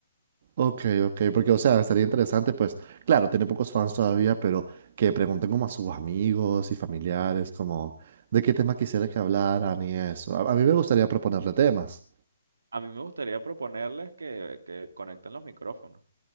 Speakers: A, on the right (about 50°); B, on the right (about 75°).
A: Ok, ok, porque o sea, estaría interesante, pues, claro, tiene pocos fans todavía, pero que pregunten como a sus amigos y familiares, como, de qué tema quisiera que hablaran y eso. A, a mí me gustaría proponerle temas.
B: A mí me gustaría proponerles que, que conecten los micrófonos.